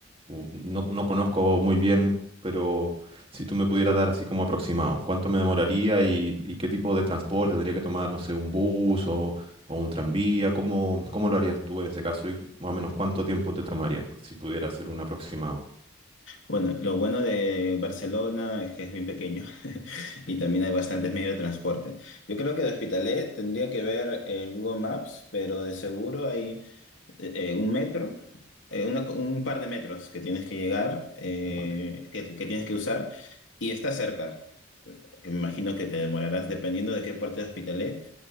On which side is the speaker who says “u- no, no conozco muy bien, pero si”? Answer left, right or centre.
Right